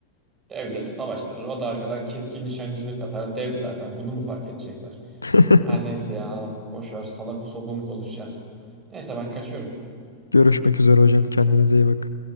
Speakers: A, on the right; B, on the left.
A: Devleri savaştırır. O da arkadan keskin nişancılık atar. Dev zaten. Bunu mu fark edecekler?
B: <laughs>
A: Her neyse ya. Boş ver. Salak usobum konuşacağız. Neyse ben kaçıyorum.
B: Görüşmek üzere hocam kendinize iyi bakın.